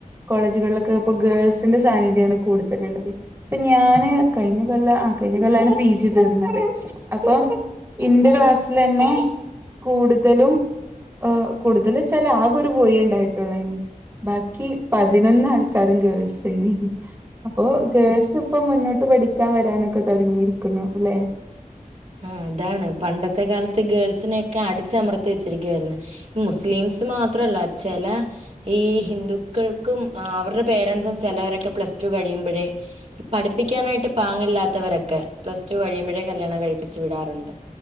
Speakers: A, on the right; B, on the right.
A: കോളേജ്കൾലൊക്കെ ഇപ്പ ഗേൾ സിന്റെ സാന്നിധ്യാണ് കൂട്തല്ള്ളത് ഇപ്പൊ ഞാന് കഴിഞ്ഞ കൊല് ആഹ് കഴിഞ്ഞ കൊല്ലാണ് പി ജി തീർന്നത് അപ്പൊ ഇന്റെ ക്ലാസ്സ്ലന്നെ കൂട്തലും ഏഹ് കൂടുതല് ചാല് ആകെ ഒര് ബോയി ഇണ്ടായിട്ടൊള്ളു അയിന് ബാക്കി പതിനൊന്ന് ആൾക്കാരും ഗേൾസ് അപ്പൊ ഗേൾസ് ഇപ്പൊ മുന്നോട്ട് പഠിക്കാൻ വരാനൊക്കെ തുടങ്ങിയിരിക്കുന്നു അല്ലെ
B: ആഹ് അതാണ് പണ്ടത്തെ കാലത്ത് ഗേൾസിനെയൊക്കെ അടിച്ചമർത്തി വെച്ചിരിക്കുവായിരുന്നു മുസ്ലിംസ് മാത്രല്ല ചെല ഈ ഹിന്ദുക്കൾക്കും ആഹ് അവര്ടെ പേരൻസും ചിലരൊക്കെ പ്ലസ് ടു കഴിയുമ്പഴെ പഠിപ്പിക്കാനായിട്ട് പാങ്ങില്ലാത്തവരൊക്കെ പ്ലസ് ടു കഴിയുമ്പഴെ കല്യാണം കഴിപ്പിച്ച് വിടാറുണ്ട്